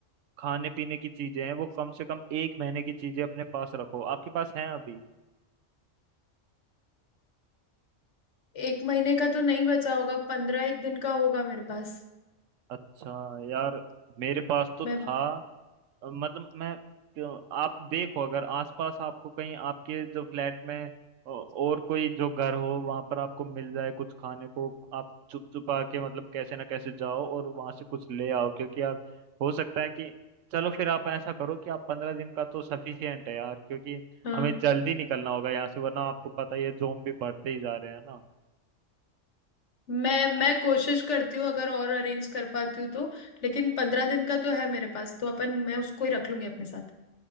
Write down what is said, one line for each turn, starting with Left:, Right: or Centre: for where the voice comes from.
Right: खाने पीने की चीजें हैं वो कम से कम एक महीने की चीजें अपने पास रखो आपके पास हैं अभी
Left: एक महीने का तो नहीं बचा होगा पंद्रह एक दिन का होगा मेरे पास
Right: अच्छा यार मेरे पास तो
Left: मैं
Right: था मतलब मैं क्यों- आप देखो अगर आसपास आपको कहीं आपके जो फ्लैट में अ, और कोई जो घर हो वहां पर आपको मिल जाए कुछ खाने को आप चुप चुपा के मतलब कैसे ना कैसे जाओ और वहां से कुछ ले आओ क्योंकि यार हो सकता है कि चलो फिर आप ऐसा करो कि आप पंद्रह दिन का तो सफिशियंट है यार क्योंकि
Left: हाँ
Right: हमें जल्दी निकलना होगा यहाँ से वरना आपको पता ही है जोम्बी बढ़ते ही जा रहे हैं ना
Left: मैं मैं कोशिश करती हूँ अगर और अरेंज कर पाती हूँ तो लेकिन पंद्रह दिन का तो है मेरे पास तो अपन मैं उसको ही रख लूंगी अपने साथ